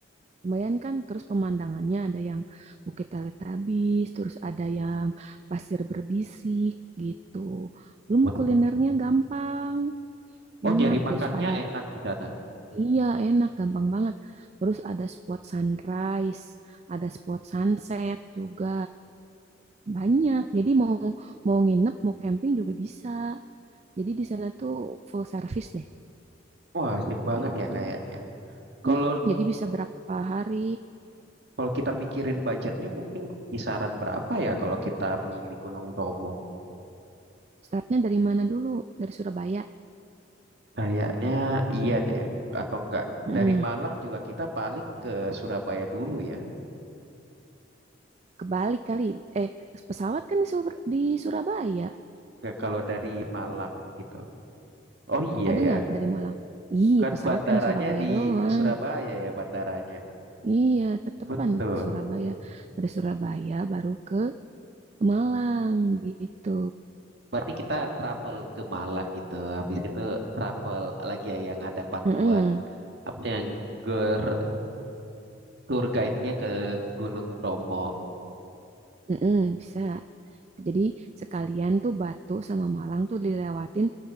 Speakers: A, on the right; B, on the right.
A: Lumayan kan terus pemandangannya ada yang Bukit Teletabis, terus ada yang pasir berbisik gitu. Belum
B: Waduh.
A: kulinernya gampang,
B: Oh,
A: enak.
B: nyari makannya
A: Terus ada
B: enak di sana.
A: iya enak, gampang banget. Terus ada spot sunrise, ada spot sunset juga banyak. Jadi mau mau nginep, mau camping juga bisa. Jadi di sana tuh full service deh
B: Wah, asik banget
A: gitu.
B: ya kayaknya. Kalau
A: Mm, jadi bisa berapa hari?
B: kalau kita mikirin budgetnya mungkin kisaran berapa ya kalau kita milih Gunung Bromo?
A: Startnya dari mana dulu? Dari Surabaya.
B: Kayaknya iya deh. Atau enggak
A: Hmm,
B: dari Malang juga kita paling ke Surabaya dulu ya.
A: kebalik kali. Eh, pesawat kan di, Sur- di Surabaya.
B: Enggak kalau dari Malang gitu. Oh iya
A: Ada
B: ya.
A: nggak dari Malang? Ih,
B: Kan
A: pesawat
B: bandaranya
A: kan Surabaya
B: di
A: doang.
B: Surabaya ya bandaranya.
A: Iya, tetepan
B: Betul.
A: ke Surabaya. Dari Surabaya baru ke Malang gitu.
B: Berarti kita travel ke Malang gitu. Habis itu travel lagi ya yang ada panduan
A: Mm-mm,
B: apa sih yang ger- tour guide-nya ke Gunung Bromo.
A: mm-mm, bisa. Jadi sekalian tuh Batu sama Malang tuh dilewatin